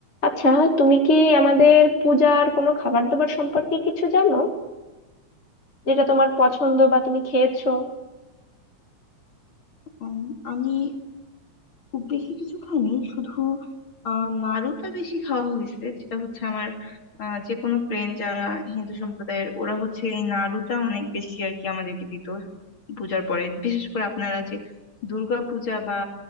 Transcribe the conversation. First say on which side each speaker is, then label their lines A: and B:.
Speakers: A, on the left (about 25°); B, on the left (about 45°).
A: আচ্ছা তুমি কি আমাদের পূজার কোনো খাবার দাবার সম্পর্কে কিছু জানো যেটা তোমার পছন্দ বা তুমি খেয়েছো
B: উম, আমি খুব বেশি কিছু খাইনি শুধু আহ, নাড়ুটা বেশি খাওয়া হয়েছে যেটা হচ্ছে আমার আহ, যে কোনো ফ্রেন্ড যারা হিন্দু সম্প্রদায়ের ওরা হচ্ছে এই নাড়ুটা অনেক বেশি আর কি আমাদেরকে দিত পূজার পরে বিশেষ করে আপনারা যে দুর্গা পূজা বা